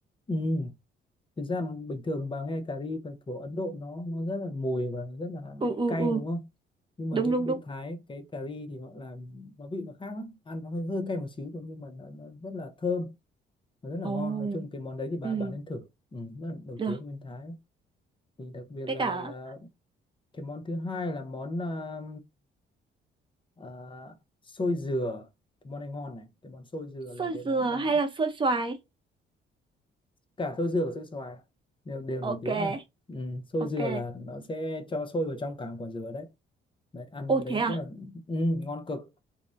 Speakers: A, on the left; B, on the right.
A: ừ. thực ra mà bình thường bà nghe cà ri của Ấn Độ nó nó rất là mùi và rất là
B: ừ ừ
A: cay
B: ừ
A: đúng không nhưng mà
B: đúng
A: bên
B: đúng
A: bên
B: đúng
A: Thái cái cà ri thì họ làm nó vị nó khác lắm ăn nó hơi hơi cay một xíu thôi nhưng mà nó, nó rất là thơm và rất là
B: ồ
A: ngon nói chung cái món đấy thì bà
B: ừ
A: bà nên thử ừ, rất là nổi
B: được
A: tiếng ở bên Thái thì đặc biệt
B: với
A: là
B: cả
A: là cái món thứ hai là món à, à, xôi dừa cái món này ngon này cái món xôi dừa là
B: xôi
A: cái món
B: dừa
A: mà
B: hay là xôi xoài
A: cả xôi dừa và xôi xoài đều đều
B: ok
A: nổi tiếng cả ừ, xôi
B: ok
A: dừa là nó sẽ cho xôi vào trong cả quả dừa đấy đấy ăn
B: ô
A: cái đấy
B: thế à
A: rất là ừ, ngon cực